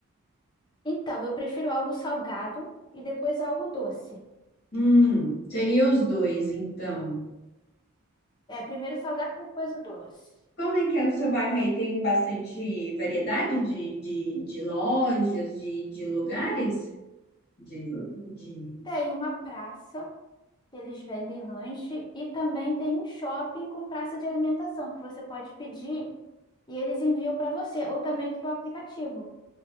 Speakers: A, on the left; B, on the left.
A: Então, eu prefiro algo salgado e depois algo doce.
B: Hum, seria os dois, então.
A: É, primeiro salgado, depois o doce.
B: Como é que é o seu bairro aí? Tem bastante variedade de, de, de lojas, de, de lugares? De, de...
A: Tem uma praça que eles vendem lanche e também tem um shopping com praça de alimentação que você pode pedir e eles enviam para você ou também pelo aplicativo,